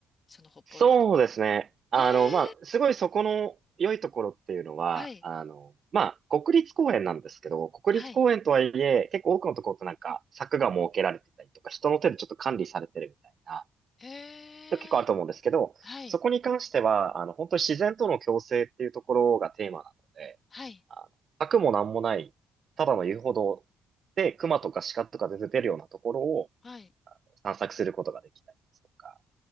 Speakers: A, on the left; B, on the right.
A: その北方領土。
B: そうですね。あの、
A: へ
B: まあ、
A: え、
B: すごいそこの良いところっていうのは、
A: はい、
B: あの、まあ、国立公園なんですけど、国立公園とはいえ、
A: はい。
B: 結構多くのところってなんか柵が設けられてたりとか、人の手でちょっと管理されてるみたいな、
A: へえ。
B: 結構あると思うんですけど、
A: はい、
B: そこに関しては、あの、本当に自然との共生っていうところがテーマなので、
A: はい、
B: あの、柵もなんもない、ただの遊歩道で、熊とか鹿とか全然出てるようなところを
A: はい。
B: 散策することができたりですとか、